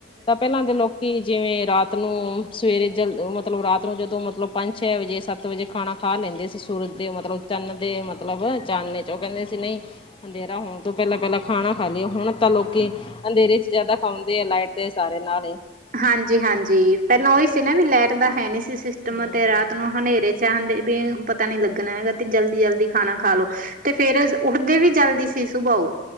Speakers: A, on the left; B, on the right.
A: ਤਾਂ ਪੈਲਾਂ ਦੇ ਲੋਕ ਕਿ ਜਿਵੇਂ ਰਾਤ ਨੂੰ ਸਵੇਰੇ ਜਲ ਮਤਲਬ ਰਾਤ ਨੂੰ ਜਦੋਂ ਮਤਲਬ ਪੰਜ ਛੇ ਵਜੇ ਸੱਤ ਸੱਤ ਵਜੇ ਖਾਣਾ ਖਾ ਲੈਂਦੇ ਸੀ, ਸੂਰਜ ਦੇ ਮਤਲਬ ਚੰਨ ਦੇ ਮਤਲਬ ਚਾਨਨੇ ਚ। ਉਹ ਕਹਿੰਦੇ ਸੀ ਨਈ ਅੰਧੇਰਾ ਹੋਣ ਤੋਂ ਪੈਲਾਂ ਪੈਲਾਂ ਖਾਣਾ ਖਾ ਲੀਏ। ਹੁਣ ਤਾਂ ਲੋਕੀ ਅੰਧੇਰੇ ਜਾਦਾ ਖਾਉਂਦੇ ਆ ਲਾਈਟ ਦੇ ਸਾਰੇ ਨਾਲ ਏ।
B: ਹਾਂਜੀ ਹਾਂਜੀ, ਪੈਲਾਂ ਉਹੀ ਸੀ ਨਾ ਵੀ ਲਾਈਟ ਦਾ ਹੈ ਨੀ ਸੀ ਸਿਸਟਮ
A: ਹੂੰ
B: ਤੇ ਰਾਤ ਨੂੰ ਹਨੇਰੇ ਚਾਹਣ ਦੇ ਵੀ ਪਤਾ ਨੀ ਲੱਗਣਾ ਹੈਗਾ ਤੇ ਜਲਦੀ ਜਲਦੀ ਖਾਣਾ ਖਾ ਲੋ। ਤੇ ਫੇਰ ਉੱਠਦੇ ਵੀ ਜ਼ਲਦੀ ਸੀ ਸੁਬਾਂ ਉਹ।